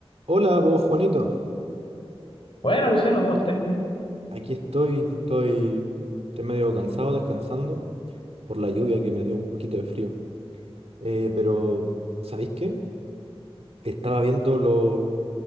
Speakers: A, on the right (about 75°); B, on the left (about 60°).
A: Hola, vos Juanito.
B: Bueno, Luciano, ¿cómo estás?
A: Aquí estoy, estoy, estoy medio cansado descansando por la lluvia que me dio un poquito de frío. Eh, pero, ¿sabéis qué? Estaba viendo lo